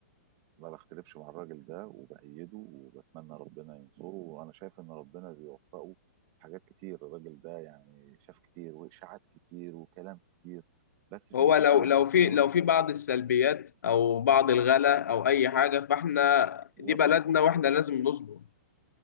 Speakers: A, on the right; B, on the left.
A: ما بختلفش مع الراجل ده وبأيده وبتمنى ربنا ينصره وانا شايف ان ربنا بيوفقه في حاجات كتير الراجل ده يعني شاف كتير واشاعات كتير وكلام كتير بس في
B: هو
A: الاخر
B: لو
A: المحصلة
B: لو في لو في بعض السلبيات او بعض الغلا او اي حاجه فاحنا
A: لابد
B: دي بلدنا واحنا لازم نصبر